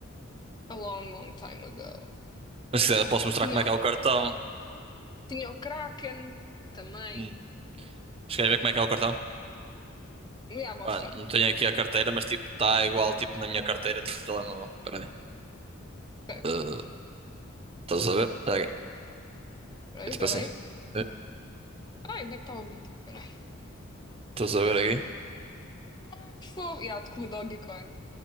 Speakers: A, on the left; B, on the right.
A: a long, long time ago.
B: Mas se quiser posso mostrar
A: Tinha,
B: como é que
A: o-
B: é o cartão.
A: tinha o Kraken também.
B: Hum. Mas queres ver como é que é o cartão?
A: Já, mostra.
B: Pá, não tenho aqui a carteira, mas tipo, está igual tipo na minha carteira, tipo telemóvel. Espera aí.
A: Ok,
B: Eh,
A: ok.
B: Estás a ver? Espera aí.
A: Peraí,
B: É tipo
A: peraí.
B: assim. Eh,
A: Ai, onde é que está o vídeo? Peraí.
B: Estás a ver aqui?
A: Ah, que fofo. Já, com o Dogecoin.